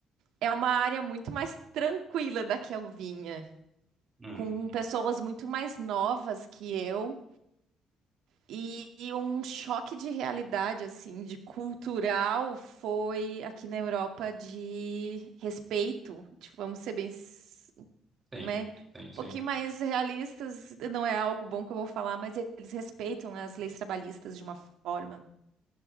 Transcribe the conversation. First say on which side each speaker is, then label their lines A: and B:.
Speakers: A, on the right (about 80°); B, on the right (about 25°).
A: é uma área muito mais tranquila da que eu vinha,
B: Hum,
A: com pessoas muito mais novas que eu. E, e um choque de realidade, assim, de cultural, foi aqui na Europa de respeito. Tipo, vamos ser bem, s-
B: sim,
A: né? Um
B: sim, sim.
A: pouquinho mais realistas, não é algo bom que eu vou falar, mas eles respeitam as leis trabalhistas de uma forma.